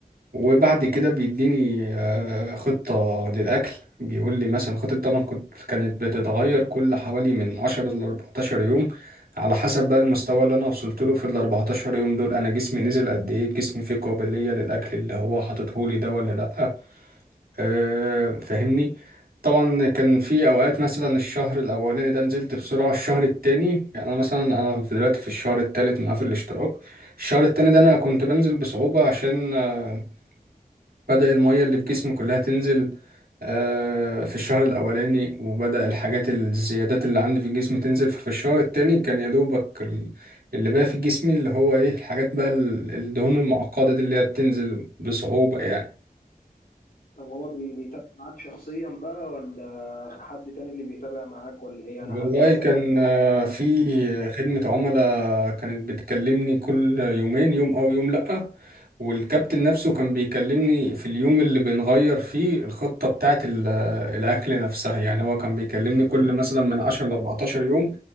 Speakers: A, on the right; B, on the left.
A: وبعد كده بيديني آه، خطة للأكل بيقول لي مثلا خطة طبعا كنت كانت بتتغير كل حوالي من 10 ل 14 يوم على حسب بقى المستوى اللي أنا وصلت له في ال 14 يوم دول أنا جسمي نزل قد إيه جسمي فيه قابلية للأكل اللي هو حاططهولي ده ولا لأ أه فاهمني طبعا كان في أوقات مثلا الشهر الأولاني ده نزلت بسرعة الشهر التاني يعني أنا مثلا أنا دلوقتي في الشهر التالت معاه في الاشتراك الشهر التاني ده أنا كنت بنزل بصعوبة عشان آه، بدأ المية اللي في جسمي كلها تنزل آه، في الشهر الأولاني وبدأ الحاجات الزيادات اللي عندي في الجسم تنزل ففي الشهر التاني كان يا دوبك ال- اللي بقى في جسمي اللي هو إيه الحاجات بقى ال- الدهون المعقدة دي اللي هي بتنزل بصعوبة يعني
B: طب هو بي- بيتابع معاك شخصيا بقى ولا حد تاني اللي بيتابع معاك ولا ايه يعني
A: والله
B: حد مثلا
A: كان آه، في خدمة عملاء كانت بتكلمني كل يومين يوم أو يوم لأ والكابتن نفسه كان بيكلمني في اليوم اللي بنغير فيه الخطة بتاعة ال- آه، الأكل نفسها يعني هو كان بيكلمني كل مثلا من 10 ل 14 يوم